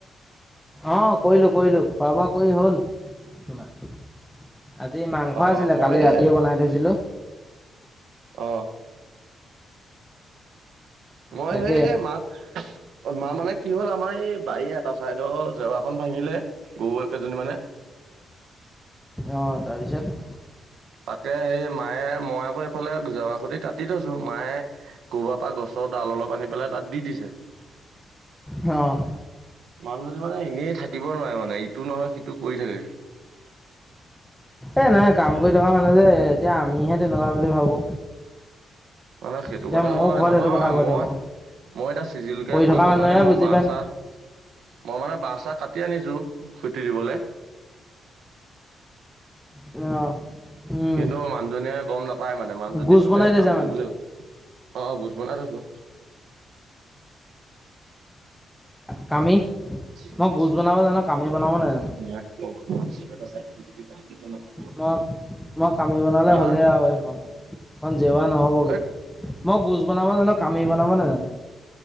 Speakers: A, in the centre; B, on the right.
A: অ' কৰিলো কৰিলো খোৱা বোৱা কৰি হ'ল। তোমাৰ আজি মাংস
B: অ'
A: আছিলে
B: অ মই
A: কালি ৰাতিয়ে
B: এই
A: বনাই থৈছিলোঁ।
B: অ', মই
A: তাকে
B: সেই মাক মাৰ মানে কি হ'ল আমাৰ এই বাৰী এটা চাইদৰ জেওৰাখন ভাঙিলে। গৰুকেইজনী মানে।
A: অ', তাৰপিছত?
B: তাকে সেই মায়ে মই আকৌ এইফালে জেৱা খুটি কাটি থৈছো। মায়ে ক'ৰবাৰ পৰা গছৰ ডাল অলপ আনি পেলাই তাত দি দিছে।
A: অ'।
B: মানুহজনী মানে এনেই থাকিব নোৱাৰে মানে ইটো নহয় সিটো কৰি থাকে।
A: এ নাই কাম কৰি থকা মানুহ যে এতিয়া আমিহে তেনেকুৱা বুলি ভাবো।
B: মানে সেইটো
A: এতিয়া
B: কথা
A: ময়ো
B: হয়
A: ঘৰত
B: নহয়
A: সেইটো কথা কৈ
B: মই
A: থাকো।
B: মই এতিয়া চিজিলকে
A: কৰি থকা
B: কৰিবৰ
A: মানুহে
B: কাৰণে মই
A: বুজি
B: বাঁহ
A: পায়
B: চাঁহ মই মানে বাঁহ চাঁহ কাটি আনিছো খুটি দিবলৈ।
A: অ',। উম
B: কিন্তু মানুহজনীয়ে গম নাপায় মানে মানুহজনীক
A: গোজ
B: মানে
A: বনাই থৈছে
B: কাম কৰিবলৈ
A: মানে
B: গ'ল। অ', গুজ বনাই থৈছো।
A: কামি
B: <unintelligible>
A: মই গোজ বনাব জানো কামি বনাব নাজানো মই, মই কামি বনালে
B: হা
A: হ'লেই আৰু সেইখন জেওৱা নহ'- ব গে
B: এই
A: মই গুজ বনাব জানো, কামি বনাব নাজানো।